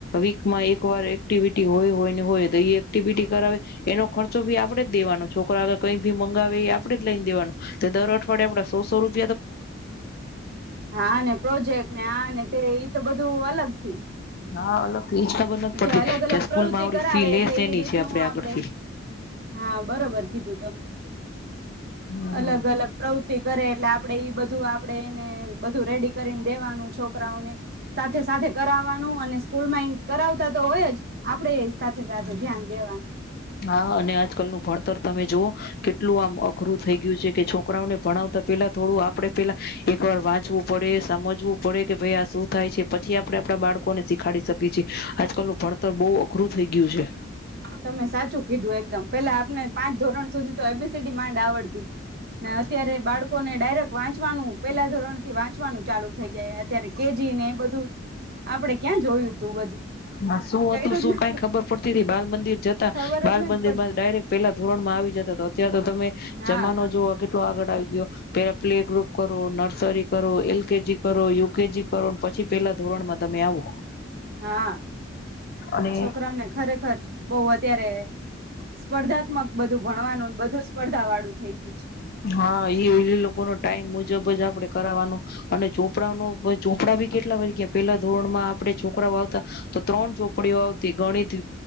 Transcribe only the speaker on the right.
હા અને પ્રોજેક્ટ ને આ ને તે ઈ તો બધું અલગથી.
જે
અલગ અલગ
પ્રવૃતિ
કરાવે
એટલે
એ રીતનું
આપડે
હા બરોબર કીધું તમે.
અલગ
અલગ પ્રવ કરે એટલે આપણેે એ બધું આપે એને બધું રેડી કરીને દેવાનું છોકરાઓને સાથે સાથે કરાવવાનું અને સ્કૂલમાં કરાવતા તો હોય જ આપડે એ સાથે સાથે ધ્યાન દેવાનું.
તમે સાચું કીધું એકદમ પેલા આપને પાંચ ધોરણ સુધી તો એપેસિટી માંડ આવડ અત્યારે બાળકોને ડાયરેક વાંચવાનું પેલા ધોરણ થી વાંચવાનું ચાલુ થઈ જાય અત્યારે કેજી ને બધું આપણે ક્યાં જોયું તું બધું.
કર્યું
જ નથી
ખબર જ
નથી
પડતી.
હા
હા
છોકરાને ખરેખર બઉ અત્યારે સ્પર્ધાત્મક બધું ભણવાનું બધું સ્પર્ધા વાળું થઇ ગયું છે.